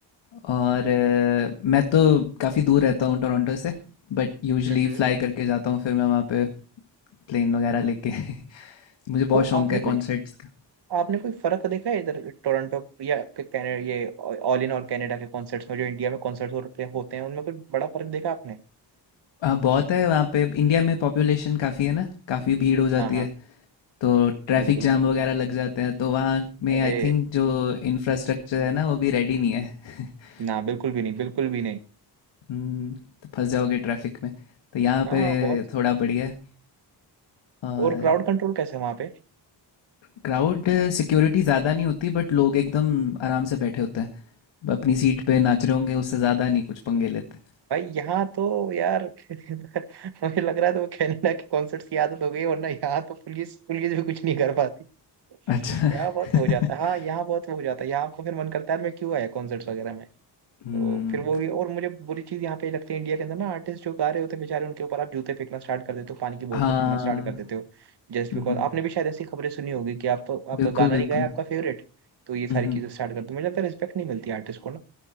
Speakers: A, on the left; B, on the right.
A: और अ, मैं तो काफ़ी दूर रहता हूँ टोरंटो से, बट यूजुअली
B: हम्म हम्म।
A: फ्लाई करके जाता हूँ, फिर मैं वहाँ पे प्लेन वगैरह लेके। <laughs> मुझे बहुत
B: तो
A: शौक
B: आपने
A: है
B: कुछ
A: कॉन्सर्ट्स का।
B: आपने कोई फर्क देखा है इधर टोरंटो या आपके कैनेडा ये ऑल इन और कनाडा के कॉन्सर्ट्स में जो इंडिया में कॉन्सर्ट्स होते होते हैं उनमें कोई बड़ा फर्क देखा आपने
A: हाँ, बहुत है वहाँ पे। इंडिया में पॉपुलेशन काफ़ी है ना, काफ़ी भीड़ हो जाती
B: हाँ हाँ
A: है। तो ट्रैफिक
B: बिल्कुल
A: जाम वगैरह लग जाते हैं तो वहाँ में
B: अरे
A: आई थिंक जो इंफ्रास्ट्रक्चर है ना वो भी रेडी नहीं है <laughs>
B: ना बिल्कुल भी नहीं बिल्कुल भी नहीं
A: हम्म, तो फंस जाओगे ट्रैफिक में तो यहाँ
B: हाँ
A: पे
B: <laughs> बहुत
A: थोड़ा बढ़िया है और
B: और क्राउड कंट्रोल कैसे है वहां पे
A: क्राउड सिक्योरिटी ज़्यादा नहीं होती बट लोग एकदम आराम से बैठे होते हैं अपनी सीट पे नाच रहे होंगे उससे ज़्यादा नहीं कुछ पंगे लेते
B: भाई यहाँ तो यार <laughs> मुझे लग रहा है तो वो कनाडा के कॉन्सर्ट्स की आदत हो गई वरना यहाँ तो पुलिस पुलिस भी कुछ नहीं कर पाती
A: अच्छा
B: यहाँ
A: <laughs>
B: बहुत हो जाता है हाँ यहाँ बहुत हो जाता है यहाँ आपको फिर मन करता है यार मैं क्यों आया कॉन्सर्ट्स वगैरह में
A: हम्म
B: तो फिर वो भी और मुझे बुरी चीज यहाँ पे लगती है इंडिया के अंदर ना आर्टिस्ट जो गा रहे होते हैं बेचारे उनके ऊपर आप जूते फेंकना स्टार्ट कर देते हो पानी की बोतलें
A: हाँ
B: फेंकना स्टार्ट कर देते हो जस्ट
A: हम्म
B: बिकॉज आपने भी शायद ऐसी खबरें सुनी होगी कि आप आपका
A: बिल्कुल
B: गाना
A: बिल्कुल
B: नहीं गाया आपका फेवरेट तो ये सारी
A: हम्म
B: चीजें स्टार्ट कर दो मुझे लगता है रिस्पेक्ट नहीं मिलती आर्टिस्ट को ना